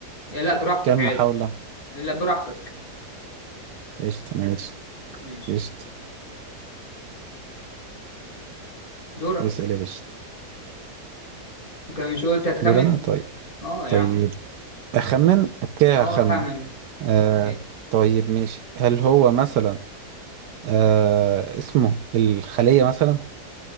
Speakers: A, on the left (about 60°); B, on the right (about 85°).
A: إيه، لا براحتك
B: كام
A: عادي
B: محاوله
A: آه، لا براحتك
B: قشطه ماشي
A: ماشي
B: قشطه
A: دورك
B: اسال يا باشا
A: انت مش قلت هتخمن
B: دور انا طيب
A: اه يا
B: طيب
A: عم
B: أخمن أوكي
A: اه
B: أخمن
A: خمن
B: آه
A: ايه
B: طيب ماشي هل هو مثلا آه اسمه الخلية مثلا